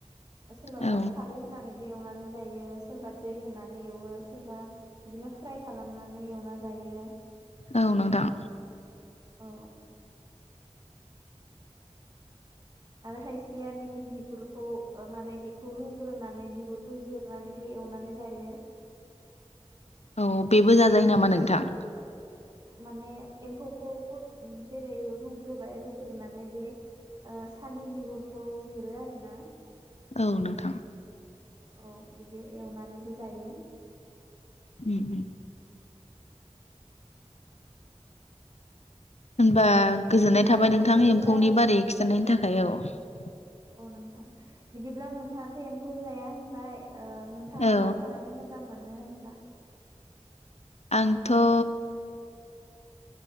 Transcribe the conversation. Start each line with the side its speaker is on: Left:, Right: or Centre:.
Right: सोरबाबा
Left: औ
Right: खारै होनानैबो एवनानै जायो सोरबा दै होनानै एवो सोरबा बिदिनो फ्राय खालामनानै एवना जायो।
Left: औ नोंथां।
Right: औ। आरो खायसेया बिनि बिगुरु खौ माने बेखौ रुग्रोनानै बिगुरखौ जिरनानैबो एवनानै जायो।
Left: औ बेबो जाजायो नामा नोंथां?
Right: माने एम्फौखौ गद जेरै रुग्रोबाय रुग्रोनानै बे ओ सानि बिगुरखौ जिरो आरो ना।
Left: औ नोंथां।
Right: औ बिदि एवनानैबो जायो।
Left: उम उम ओं होबा गोजोननाय
Right: बिदिब्ला
Left: थाबाय नोंथां
Right: बिदिब्ला
Left: एम्फौनि बारै खिथानायनि थाखाय औ।
Right: अ नोंथां बिदिब्ला नोंथाङाथ' एम्फौ जाया होनबाय ओ नोंथाङा
Left: औ
Right: मा जानानै मोजां मोजां मोनो होमबब्ला?
Left: आंथ' ओ